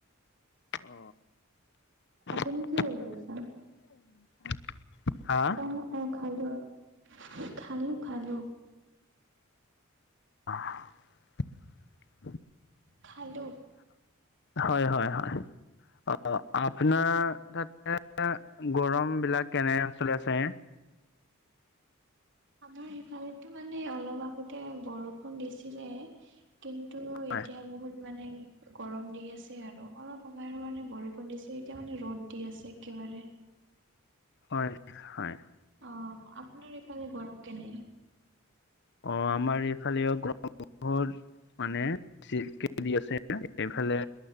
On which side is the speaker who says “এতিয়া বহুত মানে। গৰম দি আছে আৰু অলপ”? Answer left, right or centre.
Right